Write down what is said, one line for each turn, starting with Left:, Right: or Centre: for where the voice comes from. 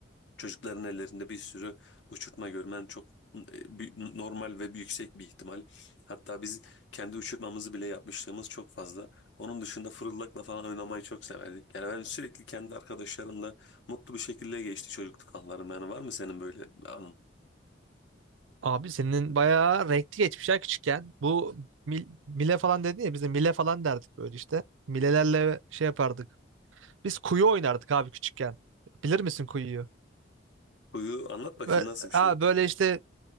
Left: Çocukların ellerinde bir sürü uçurtma görmen çok e, bü- normal ve bir yüksek bir ihtimal. Hatta biz kendi uçurtmamızı bile yapmışlığımız çok fazla. Onun dışında fırıldakla falan oynamayı çok severdik. Yani ben sürekli kendi arkadaşlarımla mutlu bir şekilde geçti çocukluk anılarım. Yani var mı senin böyle bir anın?
Right: Abi senin bayağı renkli geçmiş ya küçükken. Bu mil- mile falan dedin ya biz de mile falan derdik böyle işte. Milelerle şey yapardık. Biz kuyu oynardık abi küçükken. Bilir misin kuyuyu?
Left: Huyu anlat bakayım
Right: Böyle,
Left: nasıl bir
Right: ha,
Left: şey?
Right: böyle işte